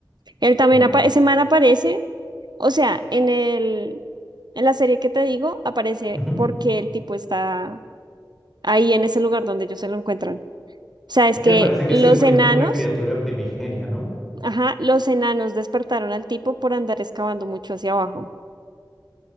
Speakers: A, on the right; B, in the centre.
A: Él también,
B: Bueno.
A: apa- ese man aparece, o sea, en el, en la serie que te digo, aparece
B: Ujú.
A: porque el tipo está ahí en ese lugar donde ellos se lo encuentran. O sea, es
B: Es
A: que
B: que me parece que
A: los
B: ese demonio
A: enanos,
B: es como una criatura primigenia, ¿no?
A: ajá, los enanos despertaron al tipo por andar excavando mucho hacia abajo.